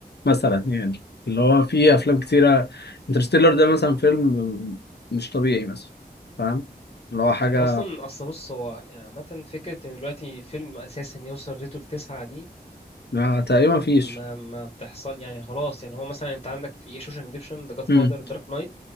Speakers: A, on the left (about 80°); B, on the left (about 35°).
A: مثلا يعني اللي هو في افلام كتيره انترستيلر ده مثلا فيلم مش طبيعي مثلا فاهم اللي هو حاجه
B: انت اصلا اصل بص هو يعني عامه فكره ان دلوقتي فيلم اساسا يوصل ريته لتسعة دي
A: ما تقريبا مفيش
B: ما ما بتحصل يعني خلاص يعني هو مثلا انت عندك في ايه شوشانك ريديمشن ذا جاد فاذر
A: امم
B: دارك نايت